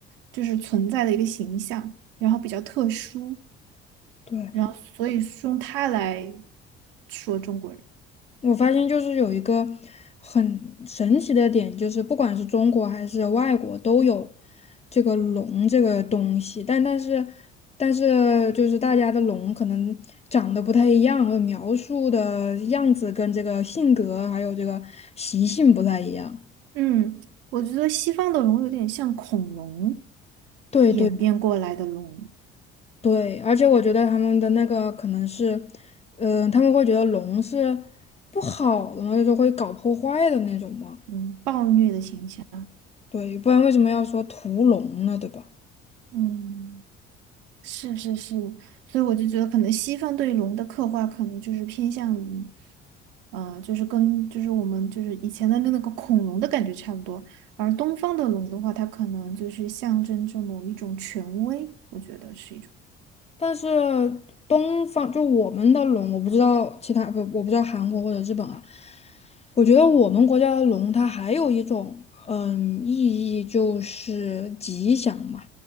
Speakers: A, on the right; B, on the left.
A: 就是存在的一个形象，然后比较特殊，
B: 对，
A: 然后所以是用它来说中国人。
B: 我发现就是有一个很神奇的点，就是不管是中国还是外国都有这个龙这个东西，但但是但是就是大家的龙可能长得不太一样，或描述的样子跟这个性格还有这个习性不太一样。
A: 嗯，我觉得西方的龙有点像恐龙
B: 对对。
A: 演变过来的龙，
B: 对，而且我觉得他们的那个可能是，嗯、他们会觉得龙是不好的嘛，就是会搞破坏的那种嘛。
A: 嗯，暴虐的形象，
B: 对，不然为什么要说屠龙呢？对吧？
A: 嗯，是是是，所以我就觉得可能西方对龙的刻画可能就是偏向于，呃，就是跟就是我们就是以前的那个恐龙的感觉差不多，而东方的龙的话，它可能就是象征着某一种权威，我觉得是一种，
B: 但是东方就我们的龙，我不知道其他不，我不知道韩国或者日本啊。我觉得我们国家的龙，它还有一种嗯意义，就是吉祥嘛。